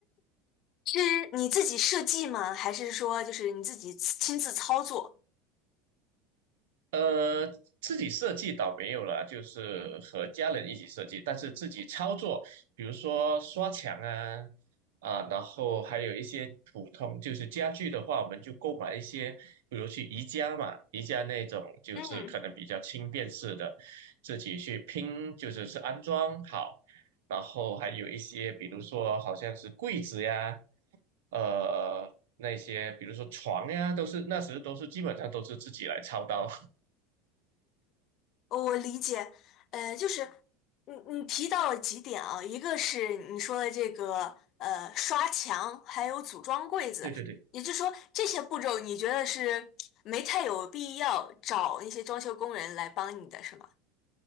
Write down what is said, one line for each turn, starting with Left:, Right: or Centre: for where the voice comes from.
Left: 是你自己设计吗？还是说就是你自己亲自操作？
Right: 呃，自己设计倒没有了，就是和家人一起设计，但是自己操作，比如说刷墙啊，啊，然后还有一些普通就是家具的话，我们就购买一些，比如去宜家嘛，宜家那种就是可能比较轻便式的，
Left: 嗯
Right: 自己去拼，就是是安装好，然后还有一些，比如说好像是柜子呀，呃，那些比如说床呀，都是那时都是基本上都是自己来操刀。
Left: 哦我理解，呃，就是你你提到了几点啊，一个是你说的这个呃刷墙，还有组装柜子，
Right: 对对对，
Left: 也就是说这些步骤你觉得是没太有必要找那些装修工人来帮你的是吗？